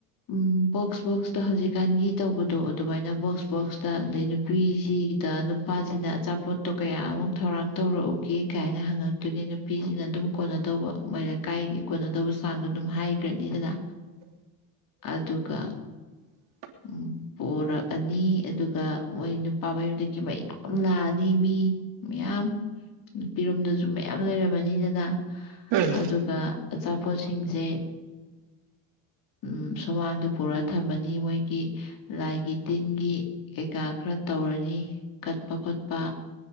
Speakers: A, on the left; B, on the right.
A: ꯎꯝ ꯕꯣꯛꯁ ꯕꯣꯛꯁꯇ ꯍꯧꯖꯤꯛꯀꯥꯟꯒꯤ ꯇꯧꯕꯗꯣ ꯑꯗꯨꯃꯥꯏꯅ ꯕꯣꯛꯁ ꯕꯣꯛꯁꯇ ꯑꯗꯩ ꯅꯨꯄꯤꯁꯤꯒꯤ ꯗ ꯅꯨꯄꯥꯖꯤꯅ ꯑꯆꯥꯄꯣꯠ ꯇꯣ ꯀꯌꯥꯃꯨꯛ ꯊꯧꯔꯥꯡ ꯇꯧꯔꯛꯎꯒꯦ ꯒꯥꯏꯅ ꯍꯪꯉꯛꯇꯣꯏꯅꯤ ꯅꯨꯄꯤꯁꯤꯅ ꯑꯗꯨꯝ ꯀꯣꯟꯅ ꯇꯧꯕ ꯃꯔꯛ ꯀꯥꯏꯒꯤ ꯀꯣꯟꯅꯗꯧꯕ ꯆꯥꯡꯗꯣ ꯑꯗꯨꯝ ꯍꯥꯏꯒ꯭ꯔꯅꯤꯗꯅ꯫
B: <inaudible>
A: ꯑꯗꯨꯒ
B: <inaudible>
A: ꯎꯝ ꯄꯣꯔꯛꯑꯅꯤ ꯑꯗꯨꯒ ꯃꯣꯏ ꯅꯨꯄꯥ ꯃꯌꯨꯝꯗꯒꯤ ꯃꯌꯥꯝ ꯂꯥꯛꯑꯅꯤ꯫ ꯃꯤ ꯃꯌꯥꯝ ꯅꯨꯄꯤꯔꯣꯝꯗꯁꯨ ꯃꯌꯥꯝ ꯂꯩꯔꯝꯃꯅꯤꯗꯅ
B: ꯎꯝ
A: ꯑꯗꯨꯒ ꯑꯆꯥꯄꯣꯠꯁꯤꯡꯖꯦ ꯎꯝ ꯁꯨꯃꯥꯡꯗ ꯄꯨꯔꯥ ꯊꯝꯃꯅꯤ ꯃꯣꯏꯒꯤ ꯂꯥꯏꯒꯤ ꯇꯤꯟꯒꯤ ꯀꯩꯀꯥ ꯈꯔ ꯇꯧꯔꯅꯤ ꯀꯠꯄ ꯈꯣꯠꯄ